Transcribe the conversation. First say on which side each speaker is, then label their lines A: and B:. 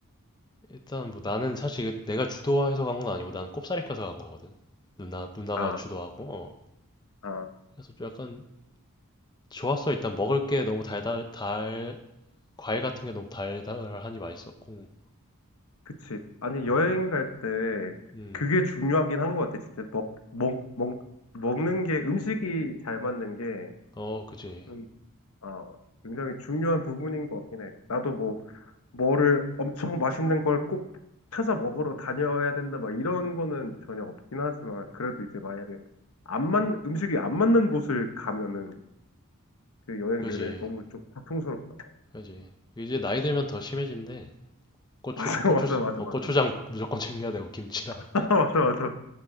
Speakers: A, on the left; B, on the left.
A: 일단 뭐 나는 사실 이게 내가 주도해서 간 건 아니고 나는 꼽사리 껴서 간 거거든. 누나, 누나가
B: 아,
A: 주도하고, 어.
B: 아,
A: 그래서 좀 약간 좋았어. 일단 먹을 게 너무 달달, 달, 과일 같은 게 너무 달달하니 맛있었고,
B: 그치. 아니
A: 음,
B: 여행 갈 때
A: 음.
B: 그게 중요하긴 한 것 같아. 진짜 먹, 먹, 먹, 먹는 게 음식이 잘 맞는 게
A: 어, 그지,
B: 음, 어, 굉장히 중요한 부분인 것 같긴 해. 나도 뭐 뭐를 엄청 맛있는 걸 꼭 찾아 먹으러 다녀야 된다, 막 이런 거는 전혀 없긴 하지만, 그래도 이제 만약에 안 맞, 음식이 안 맞는 곳을 가면은 그 여행
A: 그지,
B: 내내 너무 좀 고통스럽죠. <laughs>
A: 그지. 이제 나이 들면 더 심해진대. 고추,
B: 맞아,
A: 고추,
B: 맞아, 맞아,
A: 어,
B: 맞아.
A: 고추장 무조건 챙겨야 되고, 김치랑.
B: <laughs> 맞아, 맞아.